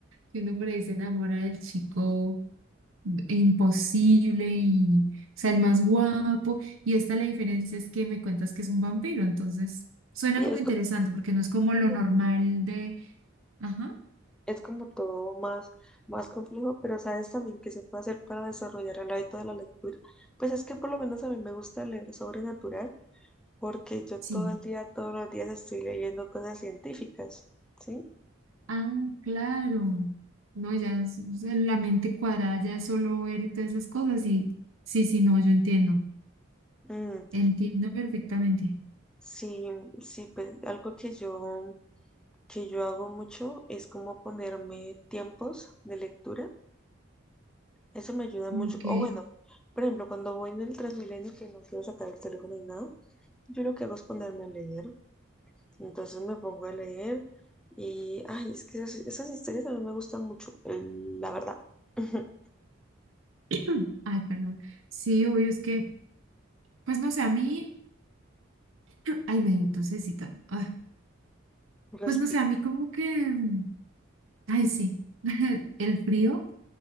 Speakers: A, on the right; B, in the centre.
A: Que uno por ahí se enamora del chico imposible y, o sea, el más guapo. Y esta la diferencia es que me cuentas que es un vampiro. Entonces, suena
B: Sí,
A: como
B: es
A: interesante porque no es como
B: como,
A: lo normal de, ajá,
B: es como todo más, más complejo, pero sabes también que se puede hacer para desarrollar el hábito de la lectura. Pues es que por lo menos a mí me gusta leer sobrenatural, porque yo
A: sí.
B: todo el día, todos los días estoy leyendo cosas científicas, ¿sí?
A: Ah, claro. No, ya es- es la mente cuadrada ya es solo ver todas esas cosas y sí, sí, no, yo entiendo.
B: Mm,
A: Entiendo perfectamente.
B: Sí, sí, pues algo que yo, que yo hago mucho es como ponerme tiempos de lectura. Eso me ayuda mucho.
A: Ok.
B: O bueno, por ejemplo, cuando voy en el Transmilenio que no quiero sacar el teléfono ni nada, yo lo que hago es ponerme a leer. Entonces me pongo a leer y, ay, es que esas, esas historias a mí me gustan mucho, eh, la verdad. <laughs>
A: <clears throat> Ay, perdón. Sí, obvio, es que, pues no sé, a mí, ay, me dio tosecita. Ay, pues
B: Respiro.
A: no sé, a mí como que, mm, ay, sí, <laughs> el, el frío.